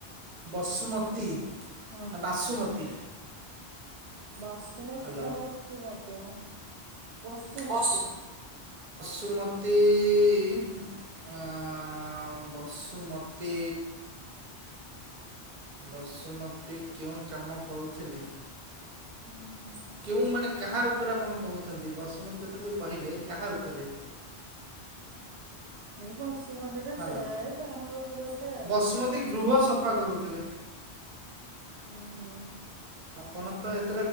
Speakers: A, on the right; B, on the right.
A: ବସୁମତୀ
B: ହଁ।
A: ନା ବାସୁମତୀ।
B: ବାସୁମତି
A: ହ୍ୟାଲୋ
B: ନା ବସୁମତି ମ? ବସୁମତୀ।
A: ବସ୍ ବସୁମତୀ ଇ ଇ ଆଁ ବସୁମତୀ ବସୁମତୀ କେଉଁ କାମ କରୁଥିଲେ?
B: ହଁ।
A: କେଉଁ ମାନେ କାହା ଉପରେ ଆପଣ କହୁଛନ୍ତି ବସୁମତୀ କଥା ଯୋଉ କହିଲେ କାହା ଉପରେ?
B: ଏ ବସ୍ ସୁମନ୍ଦିର
A: ହ୍ୟାଲୋ
B: ସେଇ କାହା ଉପରେ ଗୋଟେ ଆଉ
A: ବସୁମତୀ ଗୃହ ସଫା କରୁଥିଲେ
B: ହୁଁ। ହୁଁ।
A: ଆପଣ ତ ଏ